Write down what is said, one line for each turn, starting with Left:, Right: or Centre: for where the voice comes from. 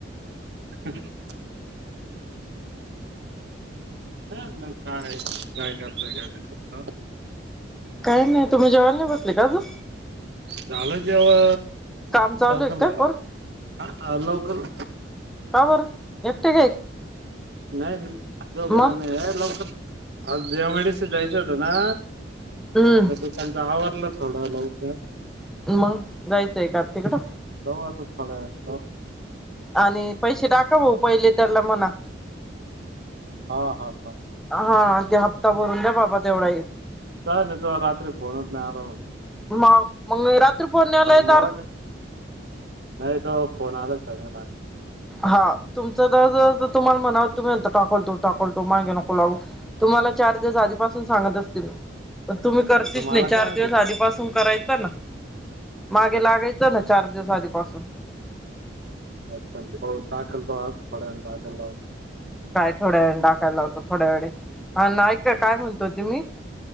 Right: ह् <inaudible> काय काय करतोय का?
Centre: काही नाही तुम् जेला बसले अजून.
Right: झालं जेव्हा
Centre: काम चालू
Right: लवकर
Centre: आहे काय
Right: झाला
Centre: पर
Right: लवकर.
Centre: का बर एकटे काय?
Right: नाही नाहीघदा
Centre: मग
Right: नाही आहे लोक आ जडीशी जायचं होतं ना.
Centre: हम्म.
Right: तुसांच आवडलं थोडं लवकर.
Centre: मग जायचंय का तिकडं
Right: आ तथड आहे
Centre: आणि पैसे टाका भाऊ पहिले त्याला म्हणा
Right: हा हा हा
Centre: हा ते हप्ता भरून द्या बाबा तेवढा
Right: चचा नाही तो रात्री फोन होत नाही आराम
Centre: मग मग रात्री पोहण्या आलाय
Right: मला
Centre: तर
Right: का नाही तो फोन आलाच
Centre: हा तुमचं ज तुम्हाला म्हणाव तुम्ही नंतर टाकवतो टाकवतो मागे नको लागू तुम्हाला चार दिवस आधीपासून सांगत असते मी तुम्ही करतेच
Right: आणि तो मला
Centre: नाही चार
Right: काय
Centre: दिवस
Right: ते
Centre: आधीपासून करायचं ना मागे लागायचं ना चार दिवस आधीपासून
Right: अच्छा दाखल आ ड दाखल लाव
Centre: काय थोड्या वे टाकायला ला होतं थोड्या वेळे हा ऐका काय म्हणतोते मी